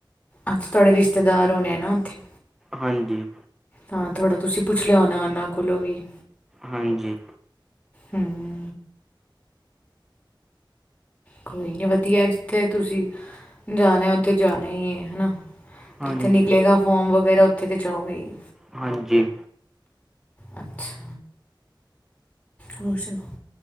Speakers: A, on the left (about 15°); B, in the centre.
A: ਅੱਛ ਤੁਹਾਡੇ ਰਿਸ਼ਤੇਦਾਰ ਹੋਨੇ ਆਂ ਨਾਂ ਉੱਥੇ
B: ਹਾਂਜੀ
A: ਹਾਂ ਥੋੜਾ ਤੁਸੀਂ ਪੁੱਛ ਲਿਆ ਉਹਨਾਂ ਕੋਲੋਂ ਵੀ
B: ਹਾਂਜੀ
A: ਹੂੰ ਕੋਈ ਨਹੀਂ ਵਧੀਆ ਜਿੱਥੇ ਤੁਸੀਂ ਜਾਣਾ ਉੱਥੇ ਜਾਣਾ ਈ ਏ ਹਨਾ।
B: ਹਾਂਜੀ
A: ਜਿੱਥੇ ਨਿਕਲੇਗਾ ਫੋਮ ਵਗੈਰਾ ਉੱਥੇ ਤੇ ਜਾਓਗੇ ਈ।
B: ਹਾਂਜੀ
A: ਅੱਛਾ ਹੋਰ ਸੁਣਾਓ